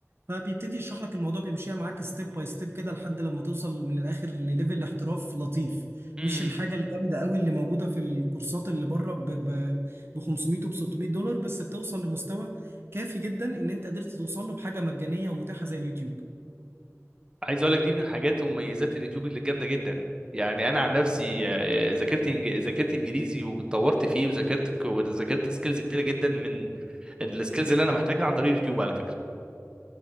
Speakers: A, on the right; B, on the right.
A: فبيبتدي يشرح لك الموضوع بيمشيها معاك ستيب باي ستيب كده لحد لما توصل من الاخر لليفل احتراف لطيف
B: مم.
A: مش الحاجه الجامده قوي اللي موجوده في الكورسات اللي بره ب ب- ب 500 و 600 دولار بس بتوصل لمستوى كافي جدا ان انت قدرت توصل له بحاجه مجانيه ومتاحه زي اليوتيوب
B: عايز اقول لك دي من الحاجات ومميزات اليوتيوب اللي جامده جدا يعني انا عن نفسي آه، ذاكرت إنج- ذاكرت انجليزي واتطورت فيه وذاكرت ك- وذاكرت سكيلز كتيره جدا من السكيلز اللي انا محتاجها عن طريق اليوتيوب على فكره